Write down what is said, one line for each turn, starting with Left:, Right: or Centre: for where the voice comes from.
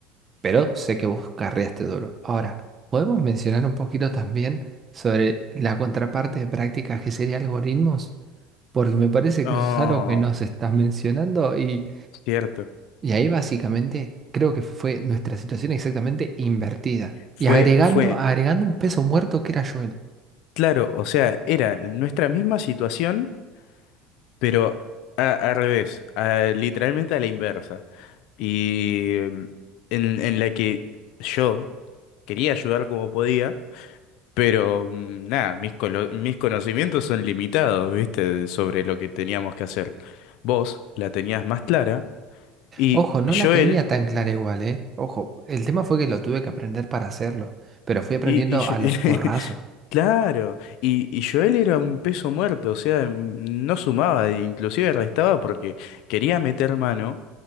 Right: pero sé que vos carreaste duro. Ahora, ¿podemos mencionar un poquito también sobre la contraparte de prácticas que sería algoritmos? porque me parece
Left: Oh,
Right: que eso es algo que nos estás mencionando y,
Left: cierto.
Right: y ahí básicamente creo que fue nuestra situación exactamente invertida.
Left: Fue,
Right: Y agregando,
Left: fue,
Right: agregando un peso muerto que era Joel.
Left: claro, o sea, era nuestra misma situación Pero a- al revés, a- literalmente a la inversa. Y mm, en, en la que yo quería ayudar como podía, pero mm, nada, mis, colo- mis conocimientos son limitados, ¿viste? Sobre lo que teníamos que hacer. Vos la tenías más clara y
Right: Ojo, no
Left: Joel,
Right: la tenía tan clara igual, ¿eh? Ojo, el tema fue que lo tuve que aprender para hacerlo, pero fui aprendiendo
Left: y, y yo-
Right: a
Left: <laughs>
Right: los porrazos.
Left: claro, y, y Joel era un peso muerto, o sea, mm, no sumaba, inclusive restaba porque quería meter mano.